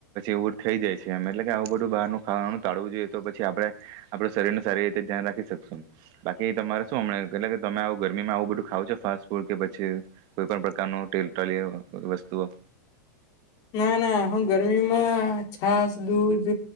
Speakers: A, on the right; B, on the left.
A: એવું થઈ જાય છે. એમ એટલે કે આવું બધું બહારનું ખાવાનું ટાળવું જોઈએ‌. તો પછી આપડે આપડું શરીર નું સારી રીતે ધ્યાન રાખી શકીશું. બાકી તમારે શું? હમ એટલે કે તમે આવું ગરમીમાં આવું બધું ખાવું છે, ફાસ્ટ ફૂડ કે પછી કોઈ પણ પ્રકારનું તેલુ તરેલુ વસ્તુઓ
B: ના, ના. હું ગરમીમાં છાસ, દૂધ